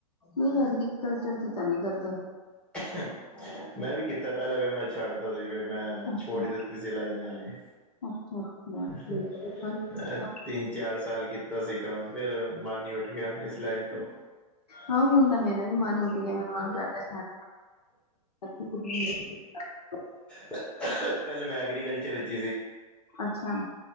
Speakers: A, on the left (about 80°); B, in the centre.
A: ਹ <inaudible> ਐਗਰੀਕਲਚਰ ਤਾਂ ਨਹੀਂ ਕਰਦੇ
B: ਹਮ ਮੈਂ ਵੀ ਕੀਤਾ ਪਹਿਲੇ ਫਿਰ ਮੈਂ ਛੱਡ ਤਾ ਸੀ ਫਿਰ ਮੈਂ
A: ਅੱਛਾ
B: ਛੋੜ ਦਿੱਤੀ ਸੀ ਲਾਈਨ ਐ ਲੀ
A: ਅੱਛਾ ਅੱਛਾ
B: <unintelligible>
A: ਠੀਕ ਹੈ।
B: ਤਿੰਨ ਚਾਰ ਸਾਲ ਕੀਤਾ ਸੀ ਕੰਮ ਫਿਰ ਮਾਨੀ ਉੱਠ ਗਿਆ ਇਸ ਲਾਈਨ ਤੋਂ
A: ਹਾਂ ਹੁਣ ਤਾਂ ਮੇਰਾ ਵੀ ਮਨ ਉੱਠ ਗਿਆ ਮਦਾ ਛੱਡ <unintelligible>
B: ਪਹਿਲਾਂ ਮੈਂ ਐਗਰੀਕਲਚਰ 'ਚ
A: ਅੱਛਾ